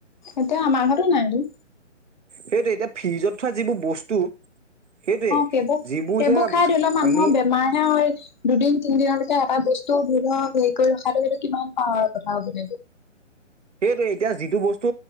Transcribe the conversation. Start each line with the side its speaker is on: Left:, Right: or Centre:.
Left: এতিয়া আমাৰ ঘৰতো নাইটো।
Right: সেইটোৱে এতিয়া ফ্ৰিজত থোৱা যিবোৰ বস্তু সেইটোৱে
Left: অ', সেইবোৰ,
Right: যিবোৰ
Left: সেইবোৰ
Right: এতিয়া
Left: খাই ধৰি ল মানুহৰ
Right: আমি
Left: বেমাৰহে হয় দুদিন তিনিদিনৰ ভিতৰত এটা বস্তু ধৰি লওক হেৰি কৰি ৰখাটো সটো কিমান পাহৰ কথা হ'ব লাগিব।
Right: সেইটোয়ে, এতিয়া যিটো বস্তু